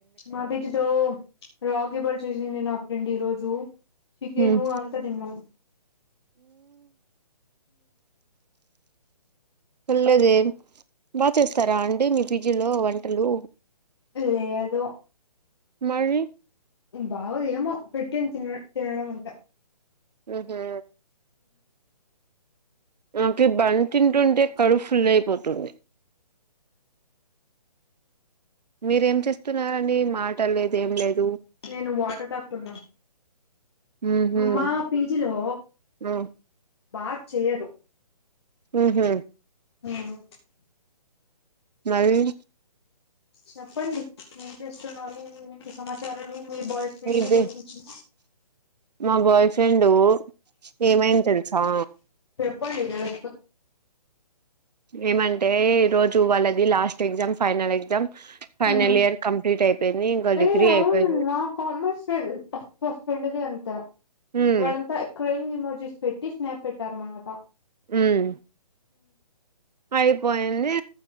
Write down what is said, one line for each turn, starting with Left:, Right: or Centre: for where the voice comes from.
Left: మా పీజీ లో రాగి బాత్ చేసింది నా ఫ్రెండ్ ఈ రోజు చికెను
Right: హుమ్
Left: అంతా తిన్నాం
Right: లేదే బాగ్ చేస్తారా అండి మీ పీజీ లో వన్ వంటలు
Left: లేదు
Right: మరి
Left: బాగుదేమో పెట్టింది తిన్నట్ తినడం అంతే
Right: మీకా నాకి ఈ బన్ తింటుంటే కడుపు ఫుల్ అయిపోతాంది మీరేం చేస్తున్నారండి మాట లేదు ఏం లేదు
Left: నేను వాటర్ తాగుతున్నా
Right: హ్మ్ హ్మ్
Left: మా పీజీ లో
Right: హ్మ్
Left: బా చేయరు
Right: మ్ హు
Left: హ్మ్.
Right: మరి
Left: చెప్పండి ఏం చేస్తున్నారు ఏంటి సమాచార్ నడు మీ బాయ్ ఫ్రెండ్
Right: మీది
Left: గురించి
Right: మా బాయ్ ఫ్రెండు ఏమైంది తెలుసా
Left: పోనీలే వేసుకో
Right: ఏమంటే ఈ రోజు వాళ్ళది లాస్ట్ ఎగ్జామ్ ఫైనల్ ఎగ్జామ్ ఫైనల్
Left: మ్ హు
Right: ఇయర్ కంప్లీట్ అయిపోయింది ఇంకా డిగ్రీ
Left: ఏయి అవును
Right: అయిపోయింది
Left: నా కామర్స్ పక్ వఫ్ ఫ్రెండ్ దే అంతా
Right: ఉమ్
Left: వాళ్ళంతా క్రయింగ్ ఎమోజెస్ పెట్టి స్నాప్ పెట్టారమన్నమాట
Right: మ్ అయిపోయింది